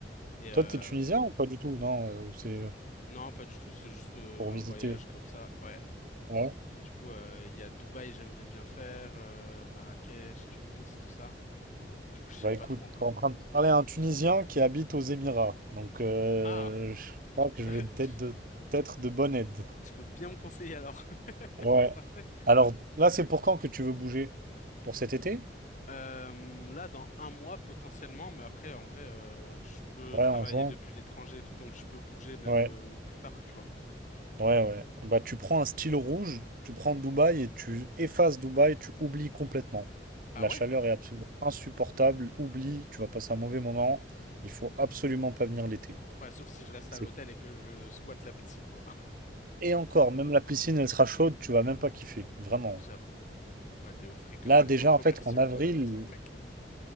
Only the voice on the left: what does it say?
Et euh,
non, pas du tout. C'est juste euh,
un
voyage comme ça. Ouais.
Et du coup, euh, il y a Dubaï, j'aimerais bien faire, euh, Marrakech, Tunis, tout ça. Du coup, je sais
pas
trop encore.
Ah,
<laughs>
tu
tu peux bien me conseiller alors.
<laughs> Parfait.
Euh, là, dans un mois potentiellement, mais après, en vrai, euh, je peux
travailler
depuis l'étranger et tout, donc je peux bouger même
euh, plus tard, tu vois.
Ah
ouais?
Ouais, sauf si je reste
à l'hôtel et que je squatte la piscine, quoi. <laughs>
J'avoue, ouais, t'es au frais que
dans les
centres commerciaux,
à la maison avec la clim.